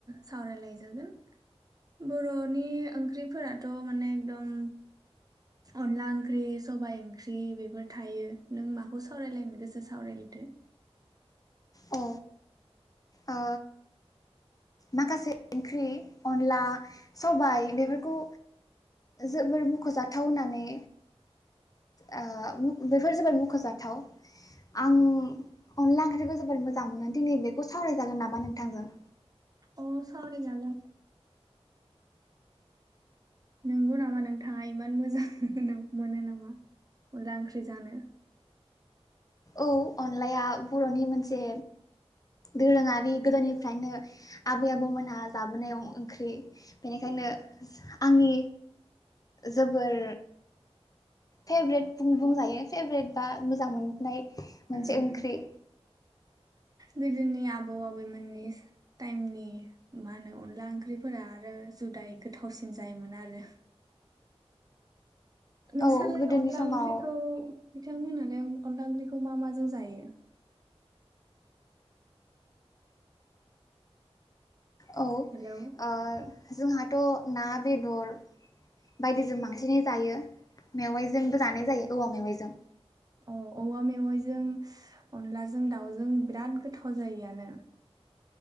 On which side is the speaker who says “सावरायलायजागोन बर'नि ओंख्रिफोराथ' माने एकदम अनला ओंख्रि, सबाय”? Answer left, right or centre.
Right